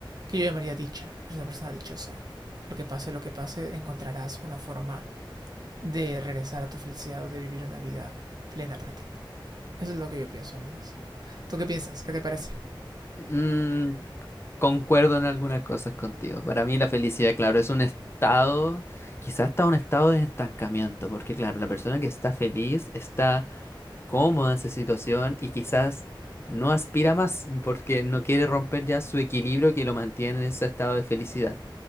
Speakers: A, on the right; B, on the left.
A: que yo llamaría dicha. Es una persona dichosa. Porque pase lo que pase, encontrarás una forma de regresar a tu felicidad o de vivir una vida plena para ti. Eso es lo que yo pienso al menos. ¿Tú qué piensas? ¿Qué te parece?
B: Mm, concuerdo en algunas cosas contigo. Para mí la felicidad, claro, es un estado, quizás está un estado de estancamiento, porque claro, la persona que está feliz está cómoda en su situación y quizás no aspira más porque no quiere romper ya su equilibrio que lo mantiene en ese estado de felicidad.